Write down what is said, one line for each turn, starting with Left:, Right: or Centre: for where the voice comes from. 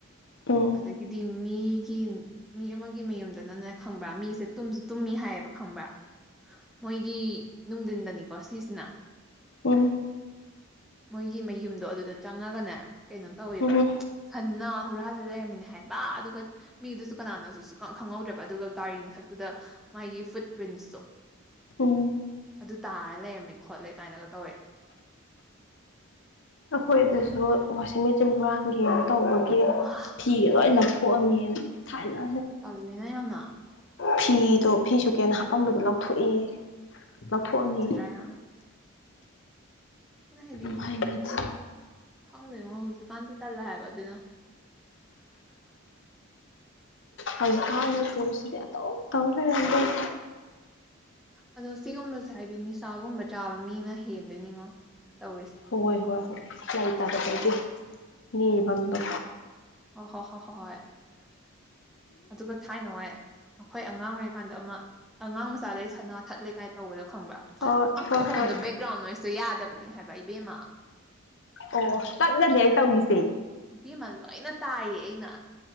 Left: ꯎꯝ
Centre: ꯑꯗꯒꯤꯗꯤ ꯃꯤꯒꯤ ꯃꯤ ꯑꯃꯒꯤ ꯃꯌꯨꯝꯗꯅꯅꯦ ꯈꯪꯕ꯭ꯔꯥ ꯃꯤꯁꯦ ꯇꯨꯝꯁꯨ ꯇꯨꯝꯃꯤ ꯍꯥꯏꯌꯦꯕ ꯈꯪꯕ꯭ꯔꯥ ꯃꯣꯏꯒꯤ ꯅꯨꯡꯊꯤꯟꯗꯅꯤꯀꯣ ꯁꯤꯁꯤꯅ
Left: ꯎꯝ
Centre: ꯃꯣꯏꯒꯤ ꯃꯌꯨꯝꯗꯣ ꯑꯗꯨꯗ ꯆꯪꯉꯒꯅꯦ ꯀꯩꯅꯣ ꯇꯧꯋꯤꯕ
Left: ꯎꯝ
Centre: ꯈꯟꯅ ꯍꯨꯔꯥꯜꯂ ꯂꯩꯔꯝꯃꯤꯅꯦ ꯍꯥꯏꯕ ꯑꯗꯨꯒ ꯃꯤꯗꯨꯁꯨ ꯀꯅꯥꯅꯣꯁꯨ ꯁꯨꯈꯪ ꯈꯪꯍꯧꯗ꯭ꯔꯕ ꯑꯗꯨꯒ ꯒꯥꯔꯤ ꯃꯊꯛ ꯇꯨꯗ ꯃꯥꯒꯤ ꯐꯨꯠ ꯄ꯭ꯔꯤꯟꯁꯇꯣ
Left: ꯑꯣ
Centre: ꯑꯗꯨ ꯇꯥꯔ ꯂꯩꯔꯝꯃꯦ ꯈꯣꯠꯂꯦ ꯀꯥꯏꯅꯒ ꯇꯧꯋꯦ
Left: ꯑꯩꯈꯣꯏ ꯑꯗꯁꯨ ꯋꯥꯁꯤꯡ ꯃꯦꯆꯤꯟ ꯍꯨꯔꯥꯟꯒꯤꯅ ꯇꯧꯕꯒꯤ ꯐꯤ
Centre: ꯃꯥ
Left: ꯐꯤꯒ ꯂꯣꯏ ꯂꯪꯊꯣꯛꯑꯝꯃꯦ ꯊꯥꯏꯅ
Centre: ꯇꯜꯂꯤꯅ ꯌꯥꯝꯅ
Left: ꯐꯤꯗꯣ ꯐꯤꯁꯨ ꯀꯦꯅ ꯍꯥꯄꯝꯕꯗꯣ ꯂꯧꯊꯣꯛ ꯑ‌ꯦꯌ‌ꯦ ꯂꯧꯊꯣꯛꯑꯝꯃ‌ꯦꯌ‌ꯦ
Centre: ꯇꯨꯀꯠꯆꯗ꯭ꯔꯥ ꯌꯥꯝꯅ ꯑꯩꯅ ꯍꯥꯏꯗꯤ
Left: ꯌꯥꯝ ꯍꯩꯅꯗꯦ
Centre: ꯑꯗꯨ ꯈꯪꯗꯣꯏꯉꯣ ꯍꯧꯖꯤꯛꯀꯥꯟꯗꯤ ꯇꯜꯂꯦ ꯍꯥꯏꯕ ꯑꯗꯨꯅ
Left: ꯍꯧꯖꯤꯛꯀꯥꯟꯅ ꯀꯣꯜꯁꯤꯗꯤ ꯑꯗꯨꯝ ꯇꯧꯔ ꯂꯩꯔꯝ ꯢꯕꯦꯝ
Centre: ꯑꯗꯣ ꯁꯤꯒꯨꯝꯕꯁꯦ ꯍꯥꯏꯗꯤ ꯅꯤꯁꯥꯒꯨꯝꯕ ꯆꯥꯕ ꯃꯤꯅ ꯍꯦꯟꯗꯣꯏꯅꯤꯉꯣ ꯇꯧꯔꯤꯁꯦ
Left: ꯍꯣꯏ ꯍꯣꯏ ꯍꯣꯏ ꯂꯩ ꯇꯥꯕꯗꯒꯤ
Centre: ꯃꯣꯏ
Left: ꯅꯤꯕꯝꯗꯣ
Centre: ꯑꯣ ꯍꯣ ꯍꯣ ꯍꯣ ꯍꯣꯏ ꯑꯗꯨꯒ ꯊꯥꯏ ꯅꯨꯡꯉꯥꯏ ꯑꯩꯈꯣꯏ ꯑꯉꯥꯡ ꯑꯣꯏꯔꯤꯀꯥꯟꯗ ꯑꯃ ꯑꯉꯥꯡ ꯃꯆꯥꯗꯒꯤ ꯁꯅꯥ ꯊꯠꯂꯦ ꯀꯥꯏ ꯇꯧꯕꯗꯣ ꯈꯪꯕꯔꯥ
Left: ꯍꯣꯏ
Centre: ꯃꯈꯣꯟꯗꯣ
Left: ꯍꯣꯏ ꯍꯣꯏ
Centre: ꯕꯦꯛꯒ꯭ꯔꯥꯎꯟ ꯅꯣꯏꯇꯣ ꯌꯥꯗꯕꯅꯦ ꯍꯥꯏꯕ ꯏꯕꯦꯝꯃ
Left: ꯑꯣ ꯇꯞꯅꯅꯦ ꯑꯩ ꯇꯧꯔꯤꯁꯦ
Centre: ꯏꯕꯦꯝꯃ ꯂꯣꯏꯅ ꯇꯥꯏꯌꯦ ꯑꯩꯅ